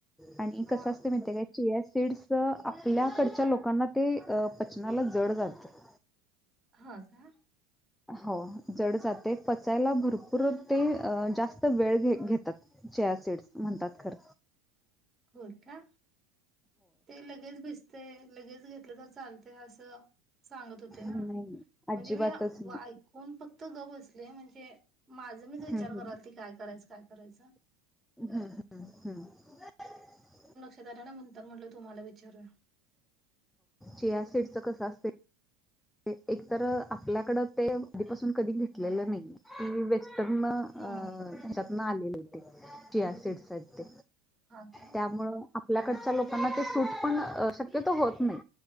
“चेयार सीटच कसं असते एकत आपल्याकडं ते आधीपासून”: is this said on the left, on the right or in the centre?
Centre